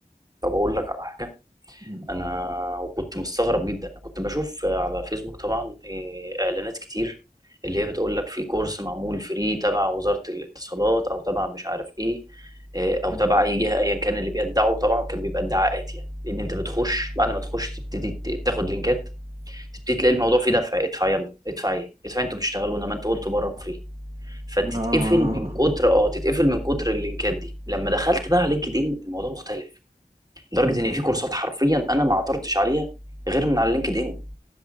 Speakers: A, on the right (about 25°); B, on the right (about 40°).
A: طب اقول لك على حاجه
B: مم.
A: انا وكنت مستغرب جدا انا كنت بشوف على فيسبوك طبعا إيه، اعلانات كتير اللي هي بتقول لك في كورس معمول فري تبع وزارة الاتصالات او تبع مش عارف ايه إيه، او
B: مم.
A: تبع اي جهة ايا كان اللي بيدعوا طبعا كان بيبقى ادعاءات يعني لان انت بتخش بعد ما تخش تبتدي ت- تاخد لينكات تبتدي تلاقي الموضوع فيه دفع ادفع يلا ادفع ايه ادفع إيه انتوا بتشتغلوا انما انت قلت بره فري فتتقفل
B: <laughs> آه
A: من كتر اه تتقفل من كتر اللينكات دي لما دخلت بقى على لينكد ان الموضوع مختلف لدرجه ان في كورسات حرفيا انا ما عثرتش عليها غير من على لينكد ان